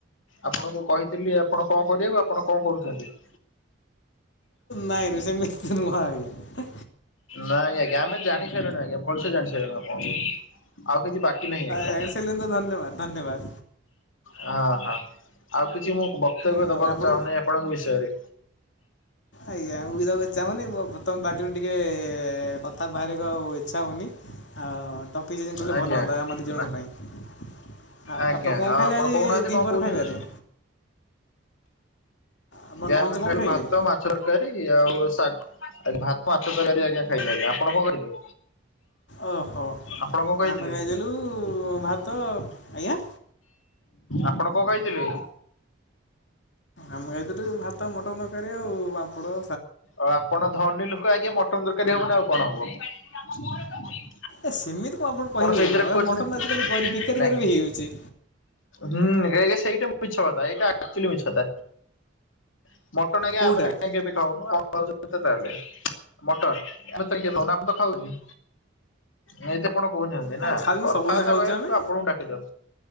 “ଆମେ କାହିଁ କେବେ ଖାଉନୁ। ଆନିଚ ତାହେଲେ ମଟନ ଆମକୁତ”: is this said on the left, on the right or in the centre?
Left